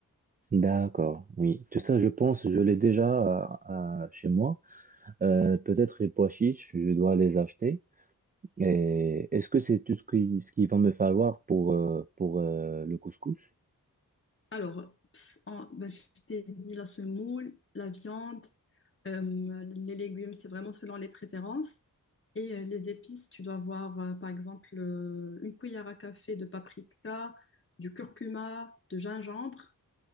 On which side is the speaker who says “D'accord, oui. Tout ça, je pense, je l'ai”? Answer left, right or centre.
Right